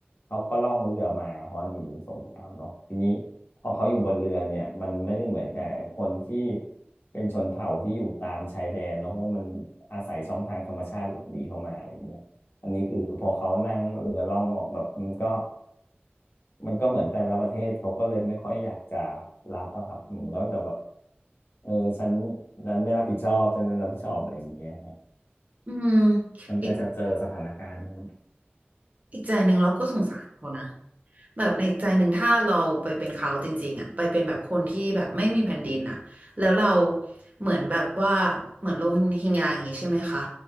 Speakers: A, on the left; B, on the right.
A: เขาก็ล่องเรือมาเพราะหนีสงครามเนาะทีนี้ พอเขาอยู่บนเรือเนี่ยมันไม่ได้เหมือนกับคนที่เป็นชนเผ่าที่อยู่ตามชายแดนเนาะเพราะมันอาศัยช่องทางธรรมชาติหลบหนีเข้ามาอะไรเงี้ยอันนี้คือพอเขานั่งเรือล่องแบบมันก็มันก็เหมือนแต่ละประเทศเขาก็เลยไม่ค่อยอยากจะรับอะครับอืมันก็จะแบบเออฉันฉันไม่รับผิดชอบฉันไม่รับผิดชอบอะไรอย่างเงี้ยครับ
B: อืม
A: มันก็จะเจอสถานการณ์เนี่ย
B: อีกอีกใจหนึ่งเราก็สงสารเขานะแบบในอีกใจหนึ่งถ้าเราไปเป็นเขาจริงๆอ่ะไปเป็นแบบคนที่แบบไม่มีแผ่นดินอ่ะแล้วเราเหมือนแบบว่าเหมือนโรฮิงญาอย่างงี้ใช่ไหมคะ